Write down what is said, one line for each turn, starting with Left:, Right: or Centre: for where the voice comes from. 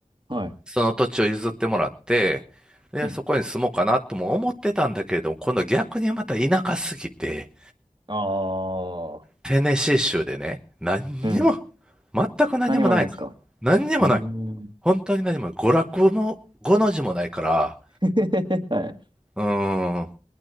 Right: はい。
Centre: その土地を譲ってもらって、で、
Right: うん。
Centre: そこに住もうかなとも思ってたんだけれども、今度逆にまた田舎すぎて、
Right: ああ。
Centre: テネシー州でね、何にも、
Right: うん。
Centre: 全く何もないから。
Right: 何もないですか
Centre: 何にもない。
Right: うーん。
Centre: 本当に何も、娯楽も、5の字もないから、
Right: <laughs> はい。
Centre: うーん。